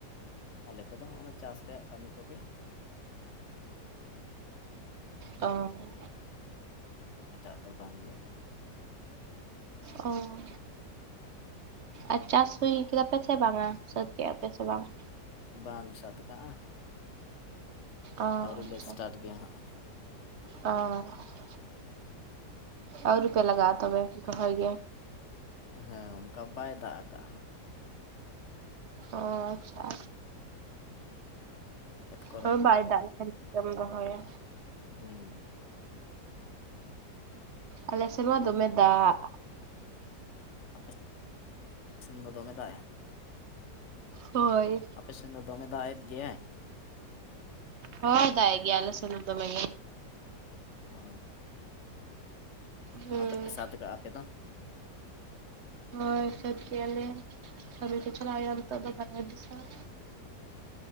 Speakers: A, on the left; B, on the right.
A: ᱟᱞᱮ ᱠᱚᱫᱚ ᱦᱚᱸᱜᱱᱟ ᱪᱟᱥ ᱨᱮᱭᱟᱜ ᱠᱟᱹᱢᱤ ᱠᱚᱜᱮ᱾ <inaudible>
B: ᱚ
A: ᱮᱴᱟᱜ ᱫᱚ ᱵᱟᱝᱜᱮ᱾
B: ᱚ ᱟᱨ ᱪᱟᱥ ᱦᱩᱭ ᱠᱮᱫᱟ ᱯᱮ ᱥᱮ ᱵᱟᱝᱟ ᱥᱟᱹᱛ ᱠᱮᱫᱼᱟ ᱯᱮ ᱥᱮ ᱵᱟᱝᱟ?
A: ᱵᱟᱝ ᱥᱟᱛ ᱠᱟᱜᱼᱟ᱾
B: ᱚ
A: ᱟᱹᱣᱨᱤ
B: ᱟᱪᱪᱷᱟ
A: ᱞᱮ ᱥᱴᱟᱴ ᱜᱮᱭᱟ ᱦᱟᱸᱜ᱾
B: ᱚ ᱟᱹᱣᱨᱤ ᱯᱮ ᱞᱟᱜᱟᱣ-ᱟ ᱛᱚᱵᱮ ᱨᱚᱦᱟᱭ ᱜᱮ᱾
A: ᱦᱮᱸ ᱚᱱᱠᱟ ᱵᱟᱭ ᱫᱟᱜ ᱟᱠᱟᱫ-ᱟ᱾
B: ᱚ ᱟᱪᱪᱷᱟ
A: ᱠᱷᱮᱛᱼᱼ
B: ᱛᱚᱵᱮ ᱵᱟᱭ ᱫᱟᱜ ᱠᱷᱟᱱ ᱪᱮᱫ ᱡᱚᱢ ᱨᱚᱦᱚᱭᱟ᱾
A: ᱦᱮᱸ
B: ᱟᱞᱮ ᱥᱮᱱ ᱢᱟ ᱫᱚᱢᱮ ᱫᱟᱜ᱾
A: ᱟᱯᱮ ᱥᱮᱱ ᱫᱚ ᱫᱚᱢᱮ ᱫᱚᱜ ᱮ
B: ᱦᱳᱭ
A: ᱟᱯᱮᱥᱮᱱ ᱫᱚ ᱫᱚᱢᱮ ᱫᱟᱜ ᱮᱫ ᱜᱮᱭᱟᱭ?
B: ᱦᱚᱭ ᱫᱟᱜ ᱮ ᱜᱮᱭᱟᱭ ᱟᱞᱮ ᱥᱮᱱ ᱫᱚᱢᱮ ᱜᱮ᱾
A: ᱚ
B: ᱦᱩᱸ
A: ᱚᱱᱟ ᱛᱮᱯᱮ ᱥᱟᱛ ᱠᱟᱜᱼᱟ ᱟᱯᱮ ᱫᱚ
B: ᱡᱚᱢ ᱥᱟᱹᱛ ᱠᱮᱭᱟᱞᱮ ᱠᱟᱢᱤ ᱠᱚ ᱪᱷᱟᱞᱟᱜ ᱦᱩᱭᱩᱜ-ᱟ ᱱᱤᱛᱚᱜ ᱫᱚ ᱵᱟᱨᱦᱮ ᱫᱤᱥᱟᱢ᱾